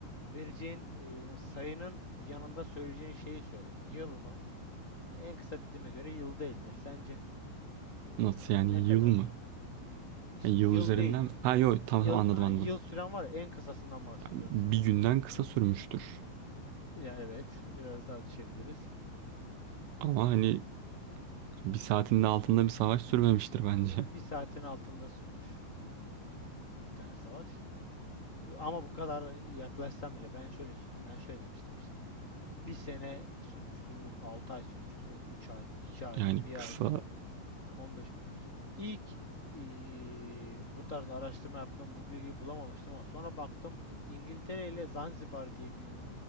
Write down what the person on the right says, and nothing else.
Nasıl
yani
yıl mı?
Yani yıl
üzerinden
ha yok tamam
tamam anladım
anladım.
Yani bir
günden kısa sürmüştür.
Ama hani bir saatinin altında bir savaş sürmemiştir bence.
Yani
kısa.